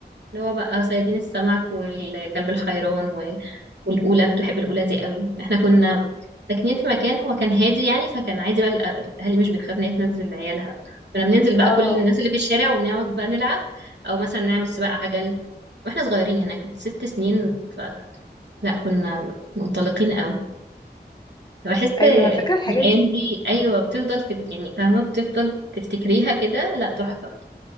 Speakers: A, on the right; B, on the left.
A: اللي هو بقى صيادين السمك والكلب الحيران و... والأولى كنت بحب الأولى دي قوي احنا كنا ساكنين في مكان هو كان هادي يعني فكان عادي بقى الأ- الأهالي مش بتخاف إن هي تنزل عيالها كنا بننزل بقى
B: اه
A: كل الناس اللي في الشارع ونقعد بقى نلعب أو مثلا نعمل سباق عجل واحنا صغيرين هناك كنت ست سنين فلا كنا منطلقين قوي بحس
B: ايوه
A: الأيام
B: على فكرة الحاجات دي
A: دي أيوة بتفضل في يعني فاهمة بتفضل تفتكريها كده لا تحفة